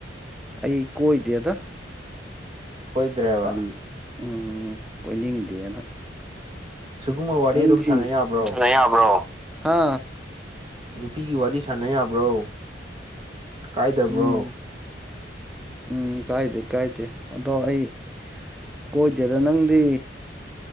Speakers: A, in the centre; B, on the right (about 30°).
A: ꯑꯩ ꯀꯣꯏꯗꯦꯗ꯫
B: ꯀꯣꯏꯗ꯭ꯔꯦꯕ
A: ꯇꯟ ꯎꯝ ꯀꯣꯏꯅꯤꯡꯗꯦꯅ꯫
B: ꯁꯤꯒꯨꯝꯕ ꯋꯥꯔꯤ
A: ꯅꯪꯗꯤ
B: ꯑꯗꯨꯝ ꯁꯥꯟꯅ ꯌꯥꯕ꯭ꯔꯣ
A: ꯁꯅꯥ ꯌꯥꯕꯔꯣ ꯍꯥ
B: ꯅꯨꯄꯤꯒꯤ ꯋꯥꯔꯤ ꯁꯥꯟꯅ ꯌꯥꯕ꯭ꯔꯣ ꯀꯥꯏꯗꯕ꯭ꯔꯣ
A: ꯎꯝ ꯎꯝ ꯀꯥꯏꯗꯦ ꯀꯥꯏꯗꯦ ꯑꯗꯣ ꯑꯩ ꯀꯣꯏꯗꯦꯗ ꯅꯪꯗꯤ